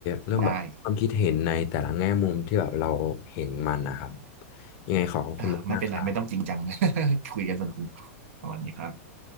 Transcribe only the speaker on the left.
เรื่องแบบความคิดเห็นในแต่ละแง่มุมที่แบบเราเห็นมันนะครับ
ยังไงขอขอบคุณมากๆครับ